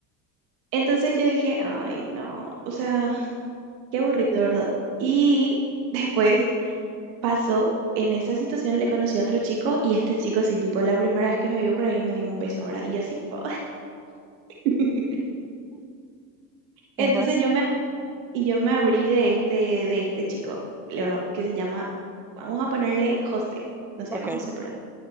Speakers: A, on the right; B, in the centre.
A: entonces yo dije, ay, no, o sea, qué aburrido, ¿verdad? Y después pasó en esa situación, le conocí a otro chico y este chico sí, tipo, la primera vez que me vio por ahí me dio un beso, ¿verdad? Y yo así, tipo, <laughs>
B: ¿Qué
A: entonces
B: pues?
A: yo me, y yo me abrí de este, de este chico, lo- que se llama, vamos a ponerle José, no se
B: Ok.
A: llama José, pero